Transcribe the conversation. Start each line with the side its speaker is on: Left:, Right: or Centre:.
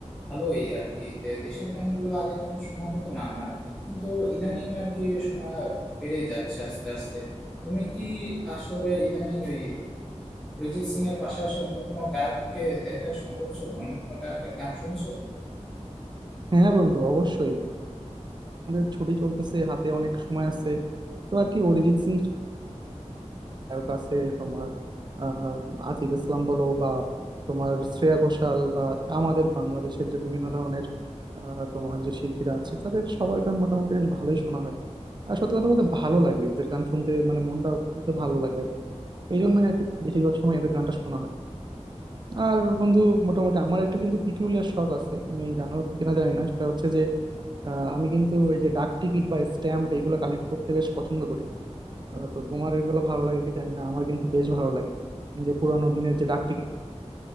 Centre: ভালোই আর কি তে দেশের ব্যান্ড গুলো আগে তেমন শোনা হতো না আমার কিন্তু ইদানিং আর কি শোনা বেড়ে যাচ্ছে আস্তে আস্তে তুমি কি আসলে ইদানিং ওই অরিজিৎ সিং এর পাশাপাশি অন্য কোনো গায়ককে দেখাশোনা করছো বা অন্য কোনো গায়কের গান শুনছো
Right: হ্যাঁ বন্ধু অবশ্যই আমাদের ছুটি চলতেছে হাতে অনেক সময় আছে তো আর কি অরিজিৎ সিং নায়ক আছে তোমার আহ আতিফ ইসলাম বলো বা তোমার শ্রেয়া ঘোষাল বা আমাদের বাংলাদেশের যে বিভিন্ন ধরনের আহ, তোমার যে শিল্পীরা আছে তাদের সবার গান মোটামুটি বেশ ভালোই শোনা হয় আর সত্যি কথা বলতে ভালো লাগে এদের গান শুনতে মানে মনটা তো ভালো লাগে আর কি এই জন্যই আর কি বেশিরভাগ সময় এদের গানটা শোনা হয় আর বন্ধু মোটামুটি আমার একটা কিন্তু পিকুলিয়ার শখ আছে তুমি জানো কিনা জানি না সেটা হচ্ছে যে আহ, আমি কিন্তু এই যে ডাক টিকিট বা স্ট্যাম্প এগুলো কালেক্ট করতে বেশ পছন্দ করি আহ, তো তোমার এগুলো ভালো লাগে কি জানি না আমার কিন্তু বেশ ভালো লাগে যে পুরানো দিনের যে ডাক টিকিট